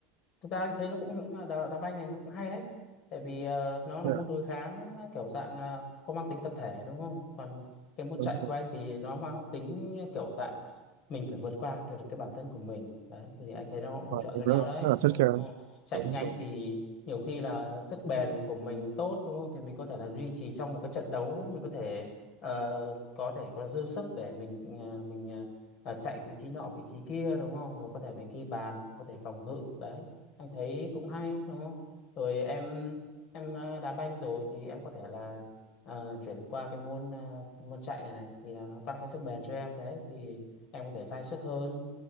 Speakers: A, on the left (about 35°); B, on the right (about 80°).
A: thực ra anh thấy nó cũng cũng là đá, đá banh này nó cũng hay đấy tại vì ờ, nó là
B: Dạ,
A: môn đối kháng ờ, kiểu dạng ờ, có mang tính tập thể đúng không còn cái môn chạy
B: đúng
A: của
B: rồi.
A: anh thì nó mang tính kiểu dạng mình phải vượt qua kiểu được cái bản thân của mình đấy thì anh thấy nó cũng bổ
B: Thôi,
A: trợ
B: em
A: cho nhau
B: rất,
A: đấy
B: rất là
A: đúng
B: thích cái
A: không? chạy
B: đúng
A: nhanh
B: đúng
A: thì nhiều khi là sức bền của mình tốt đúng không thì mình có thể là duy trì trong một cái trận đấu mình có thể ờ, có thể có dư sức để mình ờ, mình ờ, ờ, chạy vị trí nọ vị trí kia đúng không rồi có thể mình ghi bàn hoặc có thể phòng ngự đấy anh thấy cũng hay đúng không rồi em em ờ, đá banh rồi thì em có thể là ờ, chuyển qua cái môn ờ, môn chạy này này thì là nó tăng cái sức bền cho em đấy thì em có thể dai sức hơn